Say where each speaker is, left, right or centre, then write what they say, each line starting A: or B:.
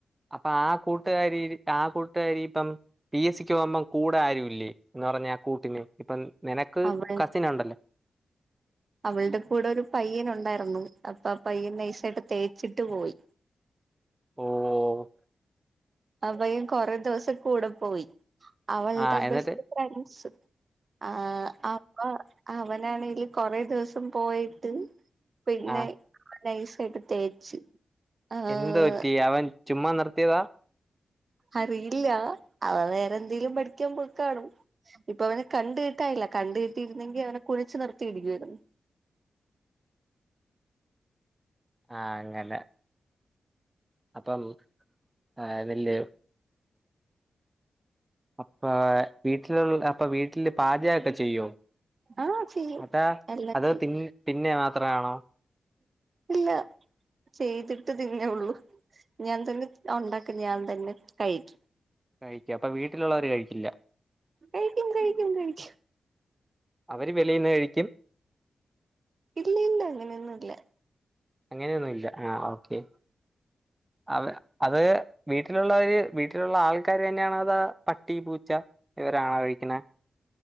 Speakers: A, on the right; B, on the right.
A: അപ്പൊ ആ കൂട്ടുകാരി ആ കൂട്ടുകാരി ഇപ്പം പി എസ് സിക്ക് പോകുമ്പം കൂടെ ആരു ഇല്ലേ എന്ന് പറഞ്ഞ ആ കൂട്ടിന് ഇപ്പം നിനക്ക്
B: അവൾ
A: കസിൻ ഒണ്ടല്ലോ <inaudible>
B: അവൾടെ കൂടെ ഒരു പയ്യൻ ഒണ്ടാരുന്നു അപ്പൊ ആ പയ്യൻ നൈസായിട്ട് തേച്ചിട്ട് പോയി
A: ഓഹ്
B: ആഹ് പയ്യൻ കൊറെ ദിവസം കൂടെ പോയി അവളുടെ
A: ആഹ് എന്നിട്ട്
B: ബെസ്റ്റ് ഫ്രണ്ട്സ് ആഹ് അപ്പ അവനാണെല് കൊറേ ദിവസം പോയിട്ട് പിന്നെ
A: ആഹ്
B: നൈസായിട്ട് തേച്ച് ആഹ്
A: എന്ത്‌ പറ്റി അവൻ ചുമ്മാ നിർത്തിയതാ
B: അറിയില്ല അവൻ വേറെ എന്തേലും പഠിക്കാൻ പോയ്ക്കാണും ഇപ്പൊ അവനെ കണ്ട് കിട്ടായില്ല കണ്ട് കിട്ടിയിരുന്നെങ്കി അവനെ കുനിച്ചു നിർത്തി ഇടിക്കുവാരുന്നു
A: ആഹ് അങ്ങനെ അപ്പം ആഹ് നെല്ല് അപ്പാ വീട്ട്ല് അപ്പ വീട്ട്ല് പാചകക്കെ ചെയ്യോ
B: ആഹ് ചെയ്യും
A: അതാ
B: എല്ലാം
A: അത് തിൻ തിന്ന മാത്രാണോ
B: അല്ലാ ചെയ്തിട്ട് തിന്നേ ഒള്ളു ഞാൻ തന്നെ ഒണ്ടാക്ക്ണ് ഞാൻ തന്നെ കഴിക്ക്യും
A: കഴിക്ക്യും അപ്പ വീട്ടിലുള്ളവര് കഴിയ്ക്കില്ലാ
B: കഴിക്ക്യും കഴിക്ക്യും കഴിക്ക്യും
A: അവര് വെളീന്ന് കഴിക്ക്യും
B: ഇല്ലില്ലാ അങ്ങനെയൊന്നുല്ലാ
A: അങ്ങനെയൊന്നുല്ലാ ആഹ് ഓക്കെ അവ അത് വീട്ടിലുള്ളവെര് വീട്ടിലുള്ള ആൾക്കാര് തന്നെയാണാ അതോ പട്ടി പൂച്ചാ ഇവരാണാേ കഴിക്ക്ണേ